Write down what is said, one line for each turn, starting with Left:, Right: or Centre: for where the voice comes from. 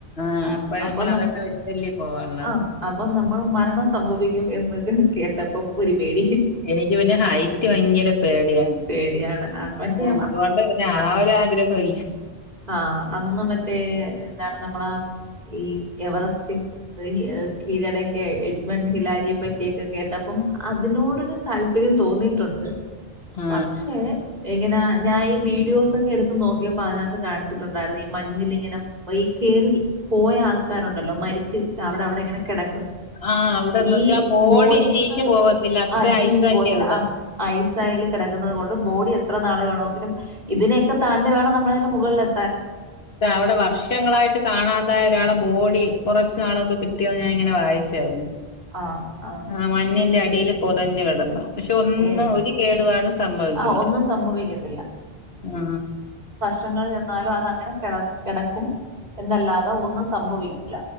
Left: ആഹ്
Right: ആ
Left: ഇപ്പഴ
Right: അപ്പൊ
Left: നമ്മൾ അതൊക്കെ വെച്ചല്ലേ പോവാനുള്ളത്
Right: ആ അപ്പൊ നമ്മൾ മരണം സംഭവിക്കും എന്ന് കേട്ടപ്പം ഒരു പേടി
Left: എനിക്ക് പിന്നെ ഹൈറ്റ് ഭയങ്കര പേടിയാണ്
Right: പേടിയാണ് പക്ഷെ
Left: ആ അതുകൊണ്ട് ആ ഒരു ആഗ്രഹമല്ല
Right: ആ അന്ന് മറ്റേ എന്താണ് നമ്മളാ ഈ എവറസ്റ്റ് കീഴടക്കിയ എഡ്മൺ ഹിലാരിയെ പറ്റിയൊക്കെ കേട്ട അപ്പം അതിനോടൊരു താല്പര്യം തോന്നിയിട്ടുണ്ട്
Left: ആ.
Right: പക്ഷേ എങ്ങനെ ഞാൻ ഈ വീഡിയോസ് ഒക്കെ എടുത്തു നോങ്ങിയപ്പോ അതിനകത്ത് കാണിച്ചിട്ടുണ്ടായിരുന്നു ഈ മഞ്ഞിലിങ്ങനെ ഈ കേറി പോയ ആൾക്കാരുണ്ടല്ലോ മരിച്ച് അവിടെ അവിടെ ഇങ്ങനെ കിട
Left: ആ അവിടെന്ന്
Right: ഈ
Left: വെച്ചാ ബോഡി
Right: ബോഡീസ്
Left: ചീഞ്ഞ് പോവത്തില്ല. അത്ര
Right: ആ ച്ചിഞ്ഞ്
Left: ഐസല്ലേ
Right: പോവത്തിലെ
Left: അവിടെ.
Right: ആ ഐസയിൽ കിടക്കുന്നത് കൊണ്ട് ബോഡി എത്ര നാൾ വേണമെങ്കിലും ഇതിനൊക്കെ താണ്ടി വേണം നമ്മള് മുകളിലെ
Left: അവിടെ വർഷങ്ങളായിട്ട് കാണാതായ ഒരാളെ ബോഡി കുറച്ച് നാളുമ്പ് കിട്ടിയത് ഞാൻ ഇങ്ങനെ വായിച്ചായിരുന്നു
Right: ആഹ് ആഹ്
Left: ആ മണ്ണിന്റെ അടിയില് പൊ തഞ്ഞ് കിടന്നു പക്ഷെ ഒന്നും
Right: ശരി
Left: ഒരു കേടുപാടും സംഭവിക്കൂല
Right: ആഹ് ഒന്നും സംഭവിക്കത്തില്ല
Left: ആ
Right: ഷങ്ങൾ ചെന്നാലും അത് അങ്ങനെ കെട കെടക്കും എന്നല്ലാതെ ഒന്നും സംഭവിക്കില്ല